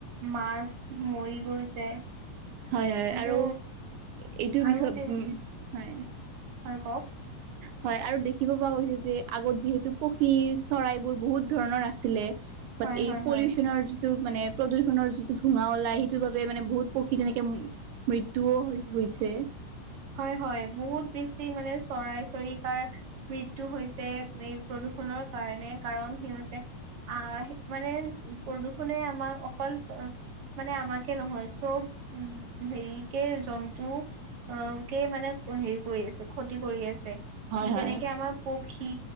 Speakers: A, on the right; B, on the right.
A: মাছ মৰি গৈছে।
B: হয় হয়
A: কিন্তু
B: আৰু এইটো বিষয়ে
A: আৰু তে
B: উম, হয়।
A: হয় কওক।
B: হয় আৰু দেখিব পোৱা গৈছে যে আগত যিহেতু পক্ষী চৰাইবোৰ বহুত ধৰণৰ আছিলে। বাট
A: হয়
B: এই
A: হয়
B: পলিউশনৰ
A: হয়
B: টো মানে প্ৰদূষণ যিটো ধোৱা ওলাই, সেইটো বাবে মানে বহুত পক্ষী তেনেকে মৃত্যুও হৈছে।
A: হয় হয়, বহুত বেছি মানে চৰাই চৰিকাৰ মৃত্যু হৈছে এই প্ৰদূষণৰ কাৰণে কাৰণ সিহঁতে আহ মানে প্ৰদূষণে আমাৰ অকল মানে আমাকে নহয় চব হেৰিকে জন্তু অ' কেই মানে হেৰি কৰি আছে ক্ষতি কৰি আছে,
B: হয় হয়
A: যেনেকে আমাৰ পক্ষী